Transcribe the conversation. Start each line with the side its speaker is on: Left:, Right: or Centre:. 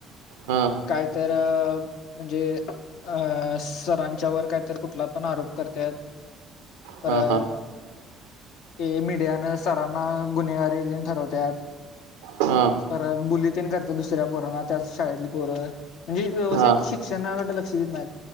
Right: हा
Left: काय तर म्हणजे अस. सरांच्यावर काय तर कुठला? पण आरोप करत परत
Right: हा हा
Left: ते मीडियान सरांना गुन्हेगारी देन ठरवतत
Right: हा
Left: परत बुली तन करते दुसऱ्या पोरांना त्याच शाळेतली पोरं म्हणजे व्यवस्थित
Right: हा
Left: शिक्षणाकडे लक्ष देत नाही